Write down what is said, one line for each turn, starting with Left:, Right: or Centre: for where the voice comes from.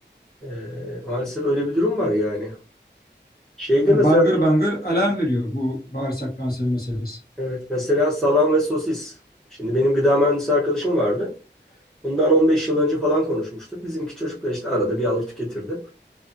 Centre: E, maalesef öyle bir durum var yani. Şeyde
Left: yani
Centre: mesela
Left: bangır bangır alarm veriyor bu bağırsak kanseri meselesi.
Centre: evet mesela salam ve sosis. Şimdi benim gıda mühendisi arkadaşım vardı. Bundan 15 yıl önce falan konuşmuştuk. Bizimki çocuklar işte arada bir alır tüketirdi.